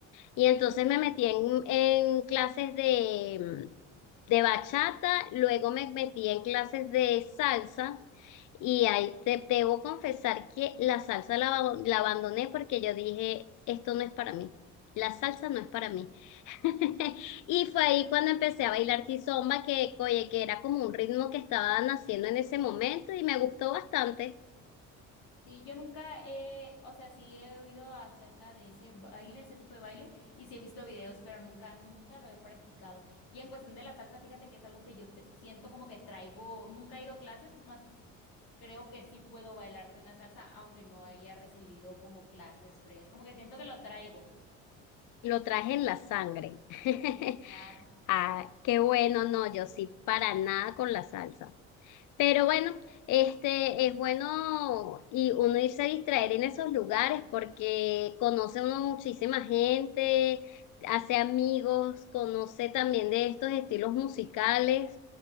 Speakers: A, on the left; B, on the left.
A: Y entonces me metí en, en clases de, de bachata, luego me metí en clases de salsa y ahí te debo confesar que la salsa la, abo- la abandoné porque yo dije, esto no es para mí. La salsa no es para mí. <laughs> Y fue ahí cuando empecé a bailar kizomba, que, oye, que era como un ritmo que estaba naciendo en ese momento y me gustó bastante.
B: Sí, yo nunca he, o sea, sí he oído acerca de ese baile, ese tipo de baile, y sí he visto videos, pero nunca, nunca lo he practicado. Y en cuestión de la salsa, fíjate que es algo que yo te- siento como que traigo, nunca he ido a clases, más creo que sí puedo bailarte una salsa, aunque no haya recibido como clases previas. Como que siento que lo traigo.
A: Lo traje en la sangre. <laughs>
B: Sí, claro.
A: Ah, qué bueno, no, yo sí, para nada con la salsa. Pero bueno, este es bueno y uno irse a distraer en esos lugares porque conoce uno muchísima gente, hace amigos, conoce también de estos estilos musicales.